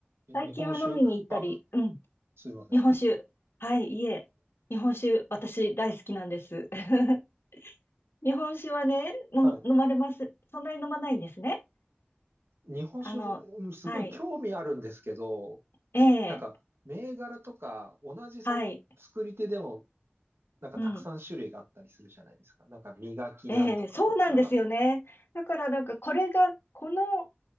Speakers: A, on the right; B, on the left.
A: え日本酒、
B: 最近は飲みに行ったり、
A: あ、
B: うん、
A: すいません。
B: 日本酒。はい、いえ、日本酒、私大好きなんです。<laughs> 日本酒はね、の飲まれます。
A: は
B: そんなに飲まないんですね。
A: い。日本酒、
B: あの、
A: うんすごい興味あるんですけど、
B: はい、ええ、
A: なんか、銘柄とか、同じその作り手でも、
B: はい、
A: なんかたくさん種類があったりするじゃないですか。
B: うん、
A: なんか、磨きなんとかとか。
B: ええ、そうなんですよね。だからなんかこれが、この